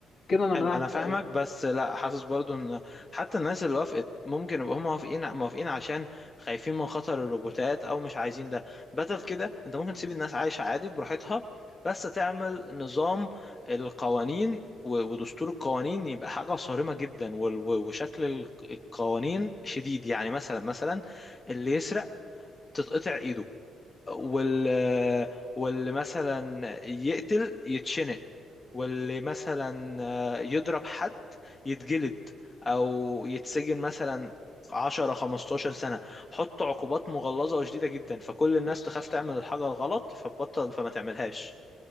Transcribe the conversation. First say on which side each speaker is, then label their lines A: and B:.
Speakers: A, on the left (about 60°); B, on the left (about 30°).
A: كده انا
B: حلو
A: منعت
B: انا فاهمك
A: اي
B: بس لا حاسس برضو ان حتى الناس اللي وافقت ممكن يبقوا هم موافقين موافقين عشان خايفين من خطر الروبوتات او مش عايزين ده بدل كده انت ممكن تسيب الناس عايشة عادي براحتها بس تعمل نظام القوانين و- ودستور القوانين يبقى حاجة صارمة جدا وال- و- وشكل ال- القوانين شديد يعني مثلا مثلا اللي يسرق تتقطع ايده وال واللي مثلا يقتل يتشنق واللي مثلا يضرب حد يتجلد او يتسجن مثلا 10 15 سنة حط عقوبات مغلظة وشديدة جدا فكل الناس
A: بص
B: تخاف تعمل الحاجة الغلط فتبطل فما تعملهاش